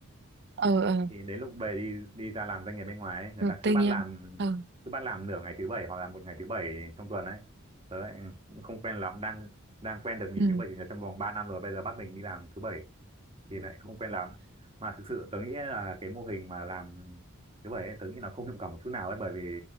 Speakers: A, on the right; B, on the right.
A: ừ ừ
B: thì đến lúc về đi đi ra làm doanh nghiệp bên ngoài ấy, người
A: Rồi
B: ta
A: tư
B: cứ bắt
A: nhân
B: làm
A: ừ
B: cứ bắt làm nửa ngày thứ bảy hoặc là một ngày thứ bảy trong tuần ấy tớ lại cũng không quen lắm đang đang quen được nghỉ
A: ừ
B: thứ bảy chủ nhật trong vòng 3 năm rồi bây giờ bắt mình đi làm thứ bảy thì lại không quen lắm mà thực sự tớ nghĩ là cái mô hình mà làm thứ bảy ấy, tớ nghĩ nó không hiệu quả một chút nào ấy bởi vì